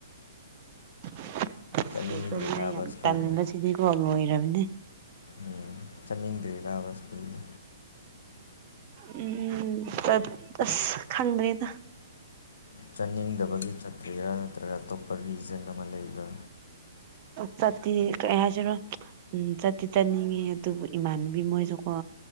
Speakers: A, on the right (about 35°); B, on the left (about 65°).
A: <unintelligible>
B: ꯆꯠꯅꯤꯡꯗ꯭ꯔꯤꯔꯕ
A: ꯌꯥꯝ
B: ꯁ꯭ꯀꯨꯜꯗ
A: ꯇꯟꯕꯁꯤꯗꯤꯀꯣ ꯂꯣꯏꯔꯕꯅꯦ
B: ꯎꯝ ꯆꯠꯅꯤꯡꯗ꯭ꯔꯤꯔꯕ ꯁ꯭ꯀꯨꯜꯗꯣ꯫
A: ꯎꯝ ꯆꯠ ꯑꯁ ꯈꯪꯗ꯭ꯔꯤꯗ
B: ꯆꯠꯅꯤꯡꯗꯕꯒꯤ ꯆꯠꯇ꯭ꯔꯤꯔꯥ ꯅꯠꯇ꯭ꯔꯒ ꯑꯇꯣꯞꯄ ꯔꯤꯖꯟ ꯑꯃ ꯂꯩꯕ꯭ꯔꯥ
A: ꯆꯠꯇꯤ ꯀꯩ ꯍꯥꯏꯁꯤꯔ ꯎꯝ ꯆꯠꯇꯤ ꯆꯠꯅꯤꯡꯉꯦ ꯑꯗꯨꯕꯨ ꯏꯃꯥꯟꯅꯕꯤ ꯃꯣꯏꯖꯨꯀꯣ